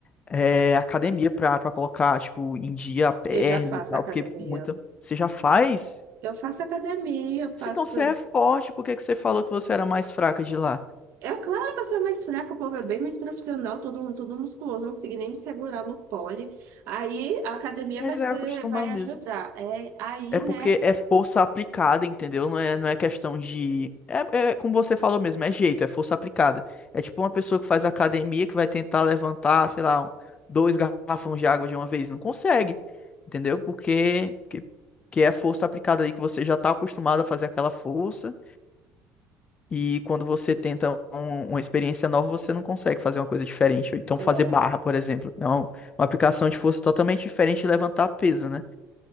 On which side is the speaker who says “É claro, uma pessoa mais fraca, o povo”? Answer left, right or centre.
Right